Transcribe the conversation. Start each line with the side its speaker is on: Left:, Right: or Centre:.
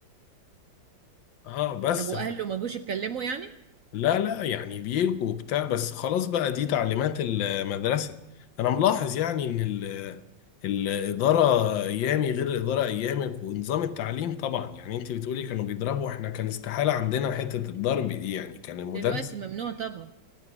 Left: اه بس
Right: طب واهله ما جوش يتكلموا يعني
Left: لا لا يعني بيلكوا وبتاع بس خلاص بقى دي تعليمات المدرسة أنا ملاحظ يعني إن ال- الإدارة أيامي غير الإدارة أيامك ونظام التعليم طبعا يعني أنت بتقولي كانوا بيضربوا إحنا كان استحالة عندنا حتة الضرب دي يعني كان المدرس
Right: دلوقتي ممنوع طبعا